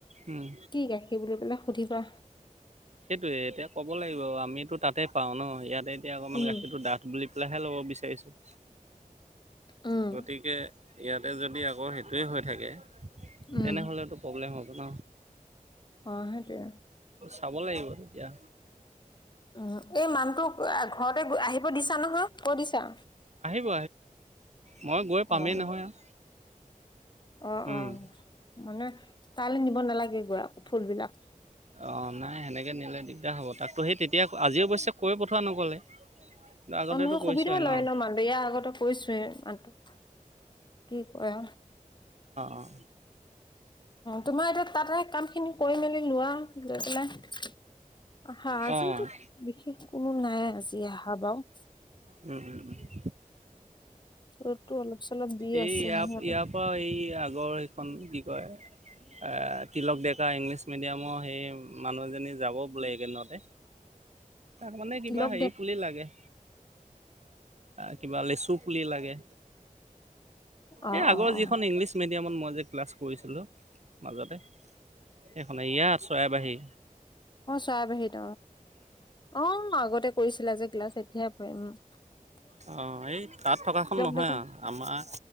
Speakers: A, on the right; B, on the left.
A: উম।
B: কি গাখীৰ বুলি পেলাই সুধিবা।
A: সেইটোৱে এতিয়া ক'ব লাগিব আমিতো তাতে পাও ন ইয়াতে এতিয়া অকমান
B: উম
A: গাখীৰটো ডাঠ বুলি লাহে লব বিচাৰিছো।
B: উম
A: গতিকে ইয়াতে যদি আকৌ সেইটোয়ে হৈ থাকে
B: উম
A: এনে হ'লেতো প্ৰব্লেম হ'ব ন।
B: অঁ সেইটোৱে।
A: চাব লাগিব তেতিয়া।
B: উম এই মানুহটো ঘৰতে আহিব দিছা নহয়, কৈ দিছা?
A: আহিব। মই গৈ পামেই
B: অঁহ।
A: নহয় আৰু।
B: অঁ
A: উম।
B: অঁ মানে তালৈ নিব নালাগে দিয়া ফুলবিলাক।
A: অঁ নাই সেনেকে নিলে দিগদাৰ হ'ব, তাকো সেই তেতিয়া আজি অৱশ্যে কৈ পঠোৱা নগ'লে। আগতেতো
B: অ' নহয়
A: কৈছোঁৱে
B: সুবিধা লয়
A: অঁ
B: ন মানুহে, ইয়াৰ আগতেই কৈছোৱেই মানুহটোক। কি কৰা?
A: অঁ।
B: তোমাৰ এতিয়া তাতে কামখিনি কৰি মেলি লোৱা লৈ পেলাই। হা
A: অ',
B: আজিটো বিশেষ কোনো নাই আজি আহা বাৰু।
A: উম উম উম।
B: ৰ'দটো অলপ চলপ দি
A: এই
B: আছে
A: ইয়াৰ
B: সিহঁতে,
A: ইয়াৰ পৰা, এই আগৰ সেইখন কি কয়? এ, তিলক ডেকা ইংলিছ মিডিয়ামৰ সেই মানুহজনী যাব বোলে এইকেইদিনতে। তাক মানে কিবা
B: তিলক
A: হেৰি
B: দে
A: পুলি লাগে। এ কিবা লিচু পুলি লাগে।
B: অ',
A: এই আগৰ
B: অ',
A: যিখন
B: অ',
A: ইংলিছ মিডি তেতিয়া <unintelligible> মই যে ক্লাছ কৰিছিলোঁ। মাজতে, সেইখনে ইয়াত চয়াবাঁহী।
B: চয়াবাঁহীত অ, অঁ আগতে কৰিছিলা যে ক্লাছ। এতিয়াহে <unintelligible>
A: অ' এই তাত থকাখন নহয়
B: ডেকা
A: আও। আমাৰ